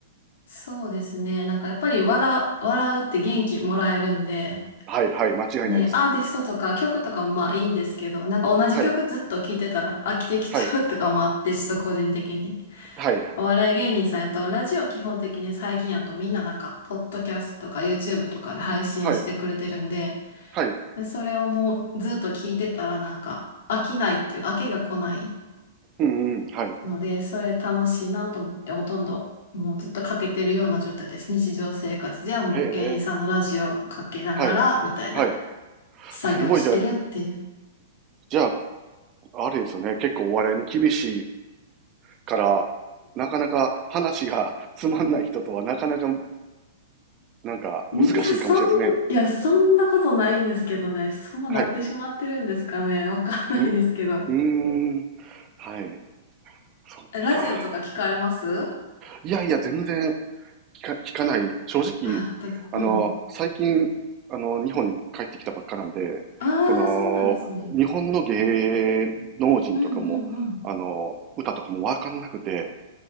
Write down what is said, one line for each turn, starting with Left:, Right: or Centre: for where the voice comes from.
Left: そうですね。なんかやっぱり笑う、笑うって元気もらえるんで、
Right: はいはい、間違いないです。
Left: ね、アーティストとか曲とかもまあいいんですけど、なんか同じ曲ずっと聴いてたら飽きてきちゃうとかもあって、
Right: はい、はい、
Left: ちょっと個人的に。
Right: はい、
Left: お笑い芸人さんやと、ラジオ基本的に最近やとみんななんか、ポッドキャストとか YouTube とかで配信してくれてるんで、
Right: はい、はい、
Left: で、それをもうずっと聴いてたらなんか飽きないっていうか、飽きが来ない。
Right: うんうん、はい。
Left: ので、それ楽しいなと思って、ほとんどもうずっとかけてるような状態です。日常生活ではもう芸人さんのラジオかけながら、
Right: へえ、はい、
Left: みたいな
Right: はい。
Left: 作業してるっていう。
Right: すごい、じゃあ、じゃあ、あれですよね、結構お笑いに厳しいから、なかなか話がつまんない人とはなかなか、なんか難しいかもしれないですね。
Left: いや、そん、いや、そんなことないんですけどね。そうなってしまってるんですかね。
Right: はい。
Left: わかんないですけど。
Right: んうーん。はい。そっか。
Left: ラジオとか聞かれます
Right: いやいや、全然聞か、聞かない、正直、
Left: あ、だ、
Right: あの、
Left: うん。
Right: 最近、あの、日本に帰ってきたばっかなんで、
Left: ああ、
Right: その、
Left: そうなんですね。
Right: 日本の芸能人とかも、
Left: うんうんうん。
Right: あの、歌とかもわかんなくて、